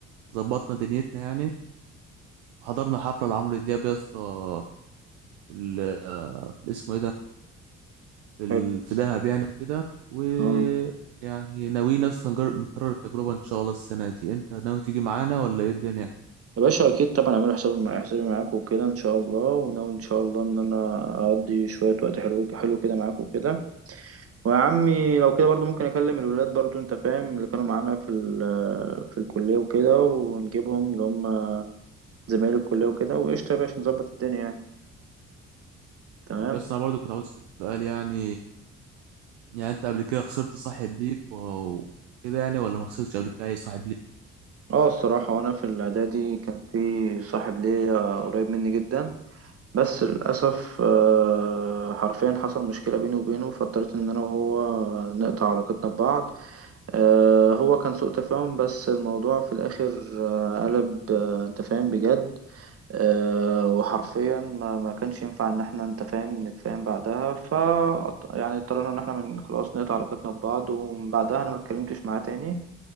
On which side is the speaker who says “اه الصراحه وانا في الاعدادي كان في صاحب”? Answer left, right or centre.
Right